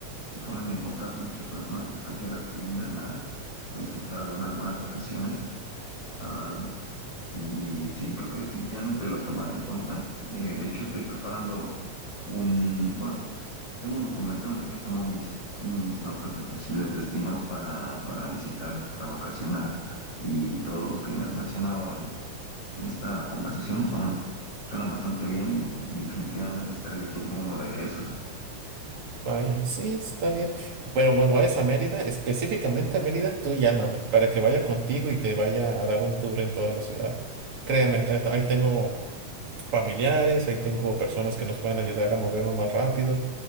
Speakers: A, on the left; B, on the right.
A: Se pueden encontrar muchas personas extranjeras que vienen a, a disfrutar de unas buenas vacaciones Am, y sí, creo que definitivamente lo tomaré en cuenta. Eh, de hecho, estoy preparando un, bueno, tengo un documento en el que tomo mis, mis notas de posibles destinos para, para visitar, para vacacionar. Y todos los que me has mencionado en, en esta conversación son, suenan bastante bien y, y definitivamente estaré eligiendo uno de esos.
B: Vaya, sí, está bien. Pero cuando vayas a Mérida, específicamente a Mérida, tú llámame para que vaya contigo y te vaya a dar un tour en toda la ciudad. Créeme, ahí ahí tengo familiares, ahí tengo personas que nos puedan ayudar a movernos más rápido